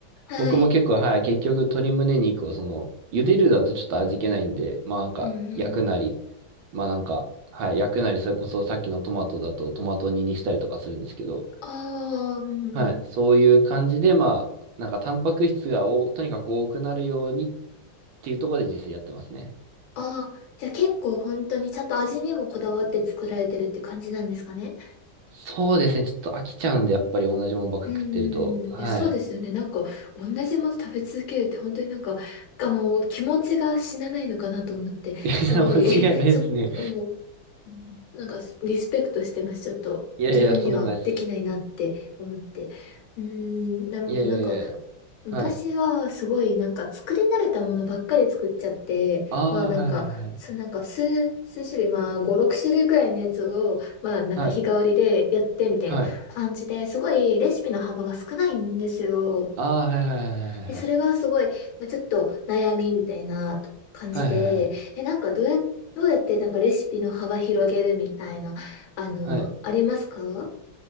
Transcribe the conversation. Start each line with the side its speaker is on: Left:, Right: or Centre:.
Left: はい。
Right: 僕も結構、はい、結局鶏胸肉をその、茹でるだとちょっと味気ないんで、まあなんか、
Left: うんうん。
Right: 焼くなり、まあなんか、はい、焼くなり、それこそさっきのトマトだとトマト煮にしたりとかするんですけど、
Left: ああ、うん。
Right: はい、そういう感じで、まあ、なんかタンパク質がお、とにかく多くなるようにっていうところで自炊やってますね。
Left: ああ、じゃあ結構本当にちゃんと味にもこだわって作られてるって感じなんですかね
Right: そうですね、ちょっと飽きちゃうんで、やっぱり同じもんばっか食ってると、
Left: うーん、
Right: はい。
Left: え、そうですよね。なんか、同じもの食べ続けるって本当になんか、あの、気持ちが死なないのかなと思って、
Right: <laughs> いや、
Left: すごい、
Right: 間違いないですね。
Left: <laughs> そ、もうなんかリスペクトしてます。ちょっと自分にはできないなって思って。
Right: いやいや、とんでもないです。
Left: うーん、なるほど。
Right: いやいやいやいや、
Left: なんか私はすごいなんか作り慣れたものばっかり作っちゃって、
Right: はい。ああ、
Left: まあなんか、
Right: はいはいはい。
Left: そうなんか数、数種類、まあ5、6種類くらいのやつを、まあなんか日替わりでやってみたいな感じですごいレシピの幅が少ないんですよ。
Right: はい。はいああ、はいはいはいはいはい。
Left: で、それがすごい、まあ、ちょっと悩みみたいなと感じで、
Right: はいはいはい。
Left: え、なんかどうや、どうやってなんかレシピの幅広げるみたいな、あの、
Right: はい。
Left: ありますか